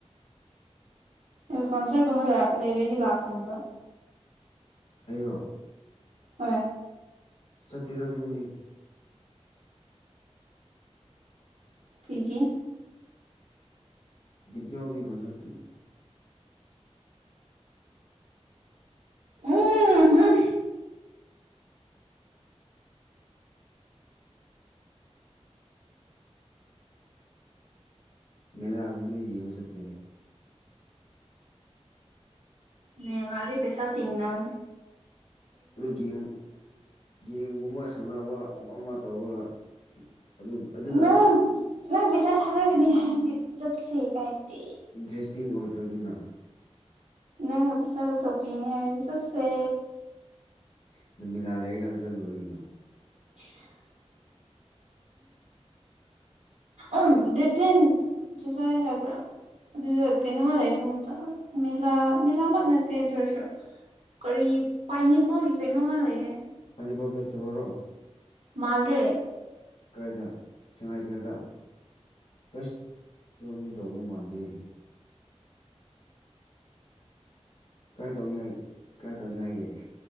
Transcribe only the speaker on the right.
ꯑꯦ ꯀꯥꯟꯁꯔꯒꯨꯝꯕ ꯂꯩꯔꯗꯤ ꯂꯥꯛꯀꯟꯕ꯭ꯔꯥ
ꯍꯣꯏ
ꯊꯀꯤꯦ
ꯎꯝ ꯍꯝ
ꯃ ꯂꯥꯑꯗꯤ ꯄꯩꯁꯥ ꯇꯤꯡꯅꯅꯦ
ꯅꯪ ꯅꯪ ꯁꯥ ꯊ ꯍꯥꯏ ꯁꯤ ꯀꯥꯏꯗꯤ
ꯅꯪ ꯄꯁꯥ ꯆꯄꯤꯉ ꯆꯠꯁꯦ
<inaudible> ꯎꯝ ꯗꯠꯇꯦꯟ ꯆꯂꯥꯏ ꯍꯥꯏꯕ꯭ꯔꯥ ꯑꯗꯨꯗ ꯀꯩꯅꯣꯝꯃ ꯂꯩ ꯏꯕ ꯑꯝꯇ ꯃꯦꯂꯥ ꯃꯦꯂꯥꯃꯛ ꯅꯠꯇꯦ ꯑꯗꯨꯔꯁꯨ ꯀꯔꯤ ꯄꯥꯏꯅꯦꯄꯜꯒꯤ ꯀꯩꯅꯣ ꯃꯥꯜ ꯂꯩꯦ
ꯃꯥꯜꯗꯦ